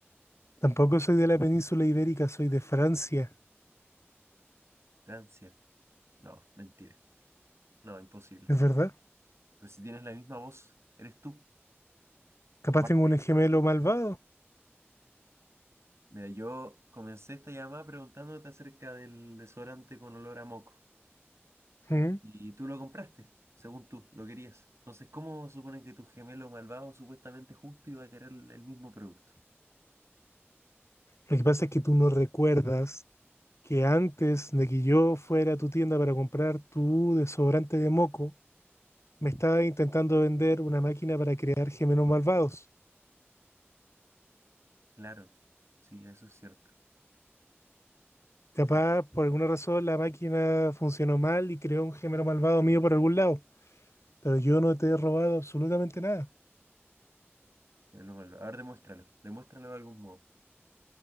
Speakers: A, on the left; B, on the right.
A: Tampoco soy de la península ibérica, soy de Francia.
B: Francia. No, mentira. No, imposible.
A: ¿Es verdad?
B: Pero si tienes la misma voz, eres tú.
A: Capaz
B: Aparte,
A: tengo un gemelo malvado.
B: Mira, yo comencé esta llamada preguntándote acerca del desodorante con olor a moco.
A: ¿Mm?
B: Y tú lo compraste, según tú, lo querías. Entonces, ¿cómo suponen que tu gemelo malvado, supuestamente justo, iba a querer el el mismo producto?
A: Lo que pasa es que tú no recuerdas que antes de que yo fuera a tu tienda para comprar tu desodorante de moco, me estaba intentando vender una máquina para crear gemelos malvados.
B: Claro, sí, eso es cierto.
A: Capaz,
B: Sí,
A: por alguna razón, la máquina funcionó mal y creó un gemelo malvado mío por algún lado. Pero yo no te he robado absolutamente nada.
B: gemelo malvado. A ver, demuéstralo. Demuéstralo de algún modo.